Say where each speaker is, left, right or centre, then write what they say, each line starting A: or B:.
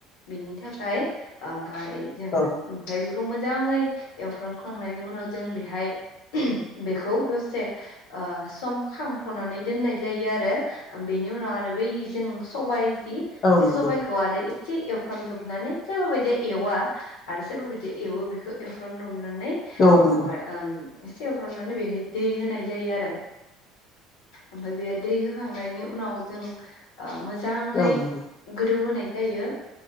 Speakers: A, on the left; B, on the left.
A: बेनि थाखाय ओमफ्राय जों ओमफ्राय
B: औ
A: बेखौ बेखौ मोजाङै एवफ्रामखांनायनि उनाव जों बेहाय बेखौ दसे ओ सम खांथ'नानै दोननाय जायो आरो। बेनि उनाव आरो बै जों सबायाइ जि
B: औ
A: बे
B: नंगौ
A: सबायाइखौ आरो सि एवफ्रामदबनानै सोरबा बायदिया एवा। आरो सोरबा बायदिया एवो बेखौ एवफ्रामदमनानै
B: औ नंगौ
A: आ ओम एसे एवफ्रामनानै बेहाय दै होनाय जायो आरो ओमफ्राय बे दै होखांनायनि उनाव जों ओ मोजाङै
B: औ नंगौ
A: गोदौ होनाय जायो